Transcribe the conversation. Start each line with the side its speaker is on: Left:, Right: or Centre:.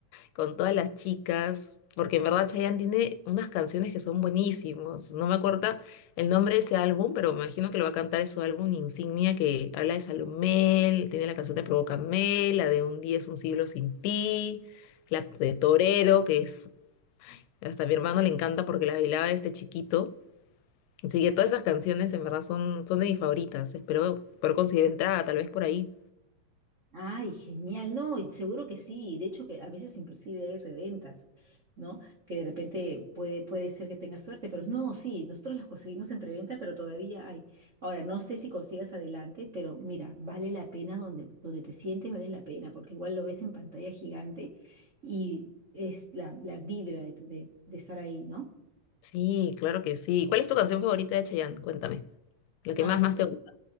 Left: con todas las chicas. Porque en verdad Chayanne tiene unas canciones que son buenísimas. No me acuerdo el nombre de ese álbum, pero me imagino que lo va a cantar en su álbum insignia que habla de Salomé, tiene la canción de Provócame, la de Un día es un siglo sin ti, la de Torero, que es hasta a mi hermano le encanta porque la bailaba este chiquito. Así que todas esas canciones en verdad son, son de mis favoritas. Espero poder conseguir entrada, tal vez por ahí.
Right: Ay, genial, no, y seguro que sí, de hecho que a veces inclusive hay reventas, ¿no? Que de repente puede, puede ser que tengas suerte, pero no, sí, nosotros las conseguimos en preventa, pero todavía hay. Ahora, no sé si consigas adelante, pero mira, vale la pena donde, donde te sientes, vale la pena, porque igual lo ves en pantalla gigante y es la, la vibra de, de de estar ahí, ¿no?
Left: Sí, claro que sí. ¿Cuál es tu canción favorita de Chayanne? Cuéntame. La que
Right: Ahí
Left: más,
Right: está.
Left: más te gusta.